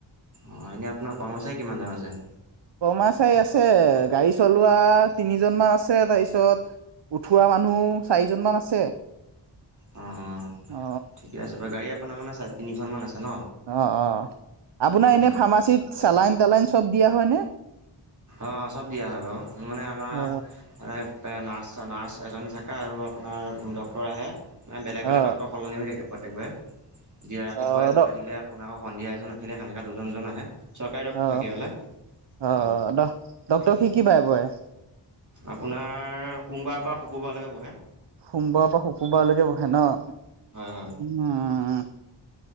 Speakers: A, on the right; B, on the right.
A: অ, এনেই আপোনাৰ কাম আছে কিমানজন আছে।
B: কৰ্মাচাৰী আছে, গাড়ী চলোৱা তিনিজনমান আছে, তাৰপিছত উঠোৱা মানুহ চাৰিজন মান আছে।
A: অ',
B: অ
A: ঠিকে আছে বাৰু, গাড়ী আপোনাৰ মানে আ চা তিনিখনমান আছে? ন
B: অ, অ'। আপোনাৰ
A: অঁ
B: এনে
A: অঁ
B: ফাৰ্মাচীত চালাইন তালাইন চব দিয়া হয়নে?
A: অ, চব দিয়া হয় বাৰু মোৰ মানে আপোনাৰ
B: অ
A: মানে নাৰ্ছ নাৰছ এজনী থে আৰু আপোনাৰ ডক্টৰ আহে, মানে বেলেগ বেলেগ
B: অ
A: ডক্টৰ সলনি হৈ থাকে প্ৰত্যেকবাৰে দিয়া ৰাতিপুৱা
B: অ অ
A: এজন
B: দ
A: আহিলে আপোনাৰ আকৌ সন্ধিয়া এজন আহিলে, সেনেকে দুজন দুজন আহে। চৰকাৰী দপ্তৰ
B: অ
A: থাকে এইবিলাক
B: অ
A: হয়।
B: ড ডক্তৰ
A: উম,
B: কি কি বাৰে বাৰে
A: আপোনাৰ সোমবাৰৰ পৰা শুকুৰবাৰলৈকে বহে।
B: সোমবাৰৰ পৰা শুকুৰবাৰলৈকে বহে ন?
A: হয় হয়
B: উম